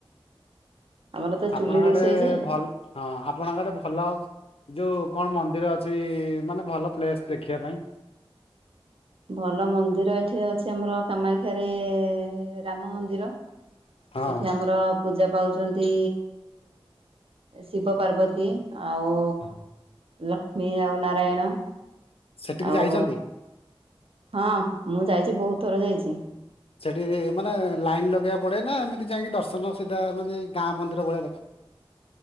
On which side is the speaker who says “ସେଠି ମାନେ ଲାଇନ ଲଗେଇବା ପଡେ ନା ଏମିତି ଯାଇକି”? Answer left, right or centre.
Left